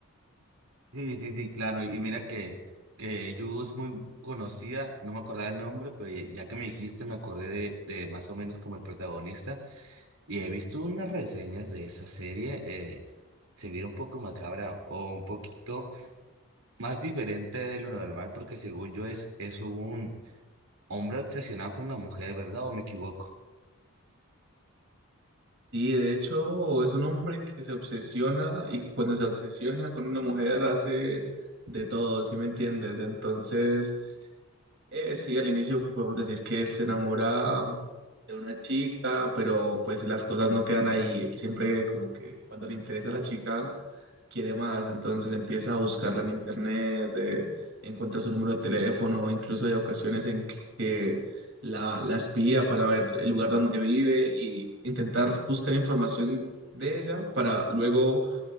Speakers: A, on the right; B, on the right.
A: Sí, sí, sí, claro. Y mira que, que Yu es muy conocida, no me acordaba el nombre, pero ya, ya que me dijiste me acordé de, de más o menos como el protagonista. Y he visto unas reseñas de esa serie. eh, se mira un poco macabra o un poquito más diferente de lo normal porque según yo es, es un... Hombre obsesionado con una mujer, ¿verdad? ¿O me equivoco?
B: Y de hecho, es un hombre que se obsesiona y cuando se obsesiona con una mujer hace de todo, ¿sí me entiendes? Entonces... Eh, sí, al inicio podemos decir que él se enamora de una chica, pero pues las cosas no quedan ahí. Él siempre como que cuando le interesa a la chica, quiere más, entonces empieza a buscarla en internet, de- encuentra su número de teléfono, incluso hay ocasiones en que la, la espía para ver el lugar donde vive y intentar buscar información de ella para luego